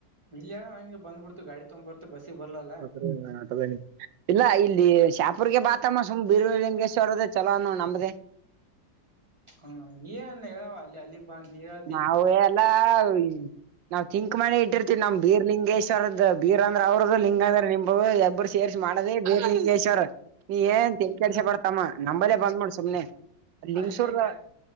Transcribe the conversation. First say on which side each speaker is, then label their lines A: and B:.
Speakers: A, on the right (about 15°); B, on the right (about 85°).
A: ಇಲ್ಲಯ ಹಂಗೆ ಬಂದ್ಬಿಡ್ತು ಗಾಡಿ ತಗೊ ಬರ್ತು ಬಸ್ಸಿಗೆ ಬರ್ಲಲ್ಲಾ.
B: <unintelligible> ಇಲ್ಲ ಇಲ್ಲಿ ಶ್ಯಾಪುರ್ಗೆ ಬಾತಮ್ಮ ಸುಮ್ ಬೀರ್ ಲಿಂಗೇಶ್ವ ಅವರದ ಚಲೋ ಅನ್ನೋ ನಂಬ್ದೇ.
A: ಹ್ಮ ನೀನ್ ಹೇಳವ ಅಲ್ಲಿ ಅಲ್ಲಿ. <unintelligible>
B: ನಾವು ಎಲ್ಲ ಈ ನಾವವು ತಿಿಂಕ್ ಮನೆ ಇಟ್ಟಿರ್ತಿೀವಿ ನಮ್ ಬೀರ್ ಲಿಂಗೇಶ್ವರದ ಬೀರ್ಂದ್ರ ಅವ್ರದ್ದ ಲಿಂಗಂದ್ರ ನಿಮಬ್ರು ಸೇರ್ಸಿ ಮಾಡದ ಬಿರಲಿಂಗೇಶ್ವರ್ ನೀ ಏನ್ ತೆಲಿ ಕೆಡಿಸ್ಕೊ
A: ಹ
B: ಬ್ಯಾಡ ತಮ್ಮಾ ನಂಬಲ್ಲೇ ಬಂದ್ ಮಾಡೋ ಸುಮ್ನೆ. ಲಿಂಗಸೂರ್
A: ಅಲ್ಲಿ ಕ